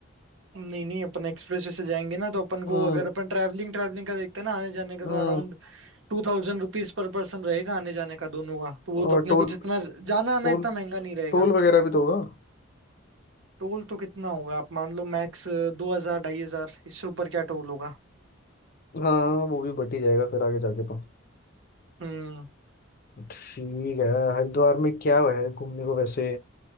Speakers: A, on the right; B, on the left.
A: नहीं नहीं अपन एक्सप्रेस वे से जाएंगे ना तो अपन को
B: हम्म
A: अगर अपन ट्रैवलिंग ट्रैवलिंग का देखते हैं ना आने जाने का
B: हम्म
A: तो around two thousand rupees per person रहेगा आने जाने का दोनों का तो वो तो
B: और
A: अपने
B: टोल
A: को जितना जाना आना
B: टोल
A: इतना महंगा नहीं रहेगा
B: टोल वगैरह भी तो होगा
A: टोल तो कितना होगा आप मान लो मैक्स दो हजार ढाई हजार इससे ऊपर क्या टोल होगा
B: हाँ वो भी बट ही जाएगा फिर आगे जाके तो
A: हम्म
B: ठीक है हरिद्वार में क्या है घूमने को वैसे